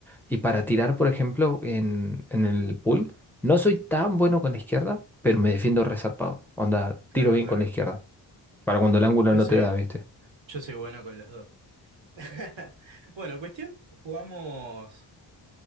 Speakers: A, in the centre; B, on the right.
A: Y para tirar, por ejemplo, en, en el pool, no soy tan bueno con la izquierda, pero me defiendo resarpado. Onda,
B: claro,
A: tiro bien
B: claro.
A: con la izquierda, para cuando el ángulo
B: Yo
A: no
B: soy,
A: te da, ¿viste?
B: yo soy bueno con los dos. <laughs> Bueno, cuestión, jugamos,